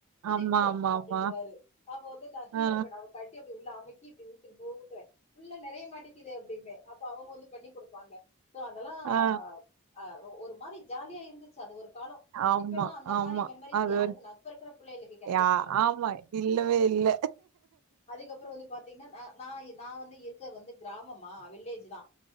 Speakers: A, on the left (about 30°); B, on the right (about 80°).
A: ஊதிட்டு
B: ஆமா
A: போ
B: ஆமா
A: அப்படின்றவாரு
B: ஆமா
A: அவ வந்து நான் ஹீரோ
B: ஆ
A: பேனவ கட்ட உள்ள அமைக்க இப்படி ஊ ஊத்துவேன் உள்ள நிறைய மாட்டேக்குது அப்படிபே அப்போ அவங்க வந்து பண்ணி கொடுப்பாங்க அதெல்லாம
B: ஆ
A: ஒரு மாரி ஜாலியா இருந்து அது ஒரு காலம்
B: ஆமா
A: இப்பல்லாம அந்த
B: ஆமா
A: மாரி மெமரிஸ்
B: அது
A: யாருக்கு
B: ஒரு
A: நப்ப இருக்கிற பிள்ளைகளுக்கு கிடைக்கிறதுல்ல
B: யா ஆமா இல்லவே இல்ல
A: அதுக்கப்புறம் வந்து பாத்தீங்கன்னா ந நான் நான் வந்து இருக்கிறது வந்து கிராமமா வில்லேஜ் தான்